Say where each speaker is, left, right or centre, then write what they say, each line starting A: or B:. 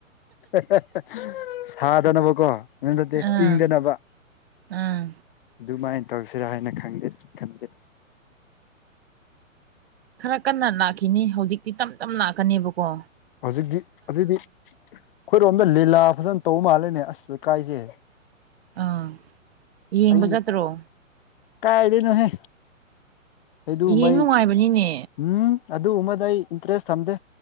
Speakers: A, on the left (about 40°); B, on the right (about 50°).
A: ꯍꯦ ꯍꯦ ꯍꯦ ꯁꯥꯗꯅꯕꯀꯣ ꯃꯝ ꯅꯠꯇꯦ
B: ꯑꯥ
A: ꯏꯪꯗꯅꯕ
B: ꯑꯥ
A: ꯑꯗꯨꯃꯥꯏꯅ ꯇꯧꯁꯤꯔꯥ ꯍꯥꯏꯅ ꯈꯪꯗꯦ ꯈꯟꯗꯦ
B: ꯈꯔ ꯀꯟꯅ ꯅꯥꯈꯤꯅꯤ ꯍꯧꯖꯤꯛꯇꯤ ꯇꯞ ꯇꯞ ꯥꯂꯥꯛꯀꯅꯦꯕꯀꯣ
A: ꯍꯧꯖꯤꯛꯇꯤ ꯑꯗꯨꯏꯗꯤ ꯑꯩꯈꯣꯏꯔꯣꯝꯗ ꯂꯤꯂꯥ ꯐꯖꯅ ꯇꯧꯕ ꯃꯥꯜꯂꯦꯅꯦ ꯑꯁ ꯂꯩꯀꯥꯏꯁꯦ
B: ꯑꯥ ꯌꯦꯡꯕ
A: ꯑꯩꯅꯦ
B: ꯆꯠꯇ꯭ꯔꯣ
A: ꯀꯥꯏꯗꯩꯅꯣꯍꯦ ꯑꯩ ꯗꯨꯒꯨꯝꯕ
B: ꯌꯦꯡ
A: ꯑꯩ
B: ꯅꯨꯡꯉꯥꯏꯕꯅꯤꯅꯦ
A: ꯎꯝ ꯑꯗꯨꯒꯨꯝꯕꯗ ꯑꯩ ꯏꯟꯇꯔꯦꯁ ꯊꯝꯗꯦ